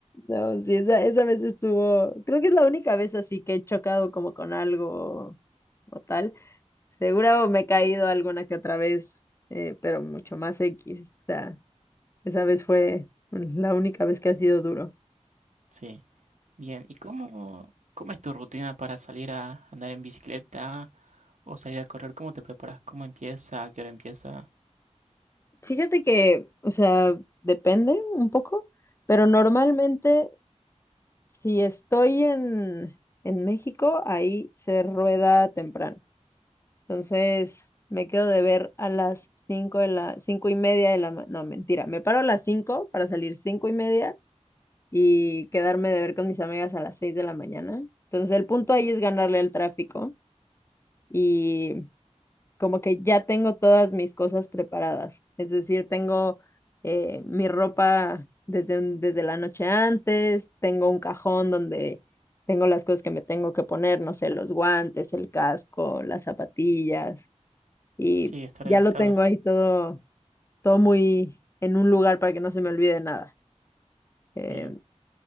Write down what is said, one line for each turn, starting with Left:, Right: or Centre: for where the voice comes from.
Left: No, sí, esa, esa vez estuvo, creo que es la única vez así que he chocado como con algo o tal. Seguro me he caído alguna que otra vez, eh, pero mucho más X. O sea, esa vez fue la única vez que ha sido duro.
Right: Sí. Bien, ¿y cómo, cómo es tu rutina para salir a andar en bicicleta o salir a correr? ¿Cómo te preparas? ¿Cómo empieza? ¿A qué hora empieza?
Left: Fíjate que, o sea, depende un poco, pero normalmente si estoy en, en México, ahí se rueda temprano. Entonces, me quedo de ver a las cinco de la, cinco y media de la, ma- no, mentira, me paro a las cinco para salir cinco y media y quedarme de ver con mis amigas a las 6 de la mañana. Entonces el punto ahí es ganarle al tráfico y como que ya tengo todas mis cosas preparadas. Es decir, tengo eh, mi ropa desde, un- desde la noche antes, tengo un cajón donde tengo las cosas que me tengo que poner, no sé, los guantes, el casco, las zapatillas y
Right: Sí, estar
Left: ya
Right: alistada.
Left: lo tengo ahí todo, todo muy en un lugar para que no se me olvide nada. Eh,
Right: Bien.